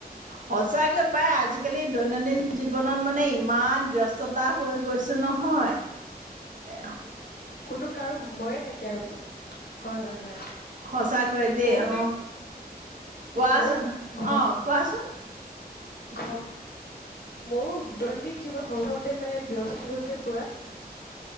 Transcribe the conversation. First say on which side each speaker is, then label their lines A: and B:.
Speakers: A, on the right; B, on the left.
A: সঁচাকে পাই আজিকালি দৈনন্দিন জীৱনত মানে ইমান ব্যস্ততা হৈ গৈছো নহয়। এ
B: কোনো কাৰো সময়ে নাইকিয়া হৈছে হয় হয় হয়।
A: সঁচাকৈ দেই
B: ময়ো
A: অ।
B: নে
A: কোৱাচোন
B: ময়ো ঘ
A: অ কোৱাচোন?
B: ঘ ময়ো দৈনন্দিন জীৱন ঘৰখনতে মানে ব্যস্ত হৈ যে পুৰা।।